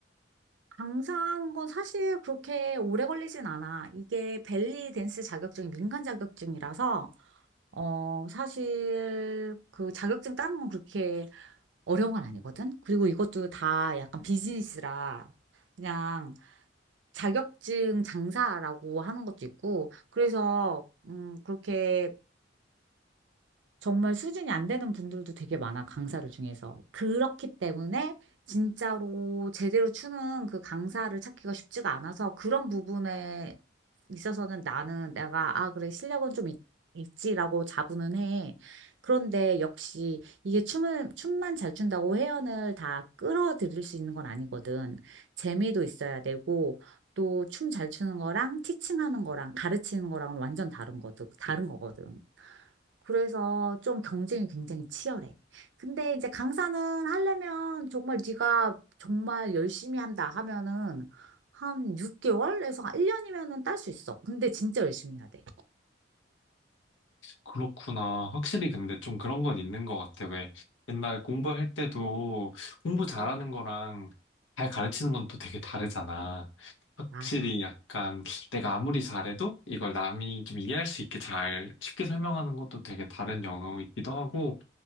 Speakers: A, on the right; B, on the left.
A: 강사하는 건 사실 그렇게 오래 걸리진 않아. 이게 벨리 댄스 자격증이 민간 자격증이라서, 어, 사실 그 자격증 따는 건 그렇게 어려운 건 아니거든? 그리고 이것도 다 약간 비즈니스라. 그냥 자격증 장사라고 하는 것도 있고, 그래서, 음, 그렇게 정말 수준이 안 되는 분들도 되게 많아, 강사들 중에서. 그렇기 때문에 진짜로 제대로 추는 그 강사를 찾기가 쉽지가 않아서 그런 부분에 있어서는 나는 내가, 아, 그래, 실력은 좀 있, 있지라고 자부는 해. 그런데 역시 이게 춤을, 춤만 잘 춘다고 회원을 다 끌어들일 수 있는 건 아니거든. 재미도 있어야 되고, 또 춤 잘 추는 거랑 티칭하는 거랑 가르치는 거랑은 완전 다른 거든, 다른 거거든. 그래서 좀 경쟁이 굉장히 치열해. 근데 이제 강사는 하려면 정말 네가 정말 열심히 한다 하면은 한 6개월에서 1년이면은 딸 수 있어. 근데 진짜 열심히 해야 돼.
B: 그렇구나. 확실히 근데 좀 그런 건 있는 것 같아. 왜 옛날 공부할 때도 공부 잘하는
A: 음,
B: 거랑 잘 가르치는 건 또 되게 다르잖아. 확실히
A: 맞아.
B: 약간 내가 아무리 잘해도 이걸 남이 좀 이해할 수 있게 잘 쉽게 설명하는 것도 되게 다른 영역이기도 하고